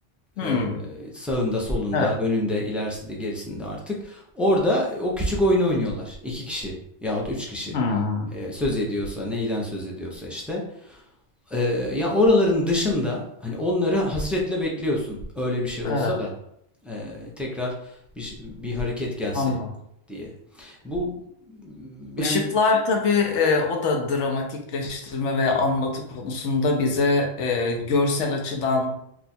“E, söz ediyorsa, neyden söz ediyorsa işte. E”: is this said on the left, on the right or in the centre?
Centre